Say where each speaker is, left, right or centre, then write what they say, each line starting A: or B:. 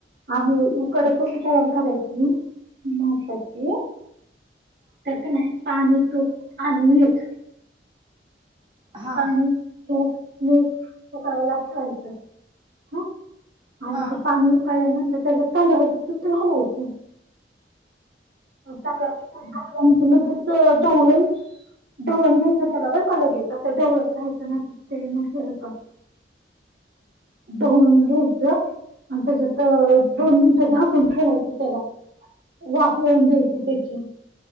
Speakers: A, on the right; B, on the right.
A: आणि कडक्याची तयार करायची मत्ची तरत नाही. पाणी तूप आणि मीठ
B: हां
A: पाणी
B: हां हां
A: तूप मूप उकयला ठेवायचं हा. आणि
B: हां
A: ते पाणी उकळल्यानंतर त्याच्या तांदळाच तुट घालायचं. चांगचूल्या लगेच ढवळून ढवळून घ्यायचं. त्याला बर का लगेच असं ढवळत राहायं नात ते मग हे होत. धुवून घ्यायचं. आणि त्याच्यात दोन मिनिटं झाकून ठेवायच त्याला वाफ येन द्याय.